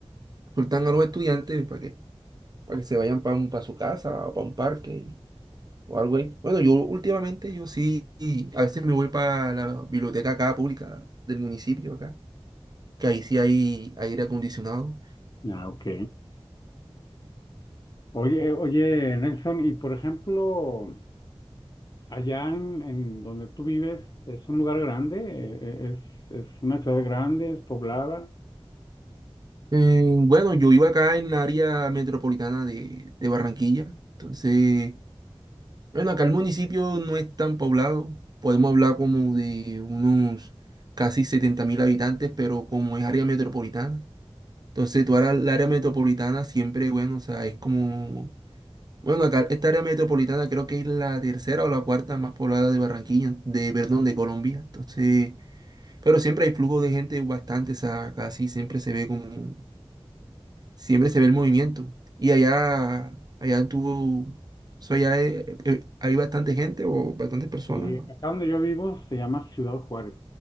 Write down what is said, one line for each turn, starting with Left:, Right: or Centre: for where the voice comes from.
Right: Soltan a los estudiantes para que, para que se vayan para su casa o para un parque y- o algo ahí. Bueno, yo últimamente yo sí, a veces me voy para la biblioteca acá pública del municipio acá, que ahí sí hay aire acondicionado.
Left: Ah, ok. Oye, oye, Nelson, y por ejemplo, allá en, en donde tú vives, ¿es un lugar grande? Eh, eh, ¿Es, es una ciudad grande? ¿Es poblada?
Right: Eh, bueno, yo vivo acá en la área metropolitana de, de Barranquilla, entonces, bueno, acá el municipio no es tan poblado, podemos hablar como de unos casi setenta mil habitantes, pero como es área metropolitana. Entonces, tú ahora la área metropolitana siempre, bueno, o sea, es como, bueno, acá esta área metropolitana creo que es la tercera o la cuarta más poblada de Barranquilla, de, perdón, de Colombia. Entonces, pero siempre hay flujo de gente bastante, o sea, casi siempre se ve como, siempre se ve el movimiento. Y allá, allá tuvo, o sea, allá hay, eh, hay bastante gente o bastantes personas,
Left: Y
Right: ¿no?
Left: acá donde yo vivo se llama Ciudad Juárez.